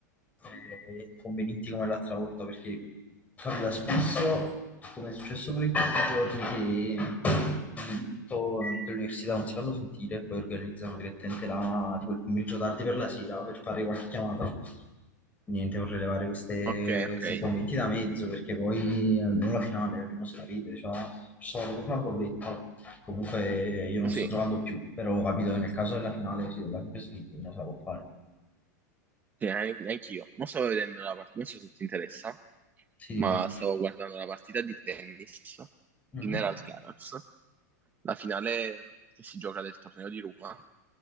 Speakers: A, on the left (about 15°); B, on the right (about 20°).
A: eh, inconvenienti come l'altra volta, perché capita spesso, come è successo per in questi giorni, che quindi tutto dell'università non si fanno sentire, e poi organizzano direttamente la, tipo il pomeriggio tardi per la sera per fare qualche chiamata. Niente, vorrei levare queste-
B: Ok, ok.
A: questi inconvenienti da mezzo perché poi almeno la finale, la prima se la vede, cioè, ci sono proprio una bolletta. Comunque io non
B: Sì,
A: sto giocando più, però ho capito che nel caso della finale, sì, della Champions League, non se la può fare.
B: sì, an- anch'io. Non stavo vedendo la partita, non so se ti interessa.
A: Sì,
B: ma
A: dimmi.
B: stavo guardando la partita di tennis
A: Mhm.
B: in Alcaraz, la finale che si gioca del torneo di Roma,